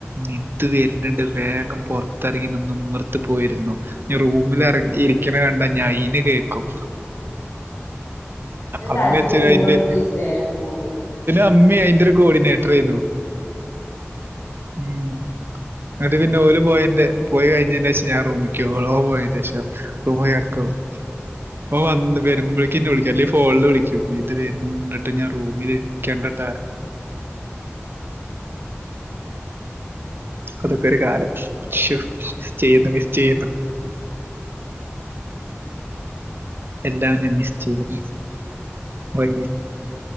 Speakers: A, on the right; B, on the left.
A: നിത്ത് വരുന്ന്ണ്ട് വേഗം പുറത്തിറങ്ങി നിന്നോ പോയിരുന്നോ ഞാ റൂമിലിറങ്ങി ഇരിക്കണ കണ്ട ഞാ അയിന് കേക്കും
B: അല്ല
A: അമ്മേച്ചനും
B: അച്ഛന് നിന്നോട്
A: അയിന്റെ
B: ഇച്ചിരി സ്നേഹം കൂടുതലാ
A: അമ്മേ അയിന്റൊരു കോർഡിനേറ്റർ ആയിനു ഉം എന്നിട്ട് പിന്നെ ഓല് പോയന്റെ പോയി കഴിഞ്ഞേനേശം ഞാൻ റൂമിക്കോളോ പോയേഷം റൂമിക്കിടക്കും അപ്പ വന്ന് വരുമ്പോഴേക്കെ വിളിക്കും അല്ലെ ഫോണില് വിളിക്കും വൈകി ട്ട ഞാൻ റൂമി ഇരിക്കേണ്ടട്ടറയും അതൊക്കെ ഒരു കാലം ശോ ചെയ്യുന്നു മിസ് ചെയ്യുന്നു എല്ലാം ഞാൻ മിസ് ചെയുന്നു വൈ